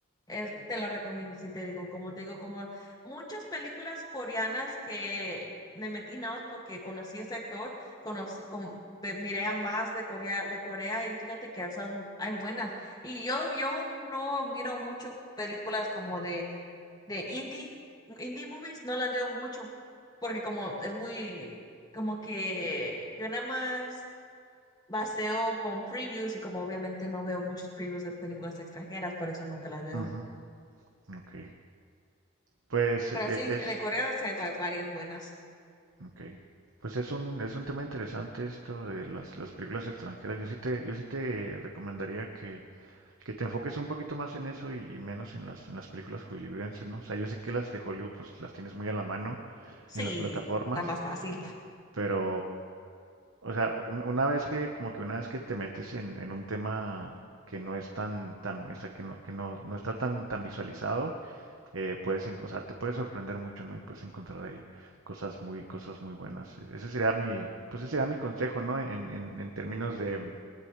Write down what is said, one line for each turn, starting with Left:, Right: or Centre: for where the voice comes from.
Left: Es- te la recomiendo, si te digo, como te digo, como muchas películas coreanas que me metí nada más porque conocí a ese actor, conocí, como, pe- miré a más de Corea, de Corea y fíjate que son, hay buenas. Y yo, yo no miro mucho películas como de, de indie, indie movies, no las veo mucho, porque como es muy, como que yo nada más baseo con previews y como obviamente no veo muchos previews de películas extranjeras, por eso nunca las veo.
Right: ujú, ok. Pues
Left: Pero
Right: e- e,
Left: sí,
Right: es,
Left: en en Corea sí hay va- varias buenas.
Right: ok. Pues es un, es un tema interesante esto de las, las películas extranjeras. Yo sí te, yo sí te recomendaría que, que te enfoques un poquito más en eso y, y menos en las, en las películas hollywoodenses, ¿no? O sea, yo sé que las de Hollywood pues las tienes muy a la mano
Left: Sí,
Right: en las plataformas.
Left: la más fácil.
Right: Pero, o sea, un- una vez que, como que una vez que te metes en, en un tema que no es tan, tan, o sea, que no, que no, no está tan, tan visualizado, eh, puedes, en- o sea, te puede sorprender mucho, ¿no? Y puedes encontrar ahí cosas muy, cosas muy buenas. Ese sería mi, pues ese sería mi consejo, ¿no? En, en, en términos de,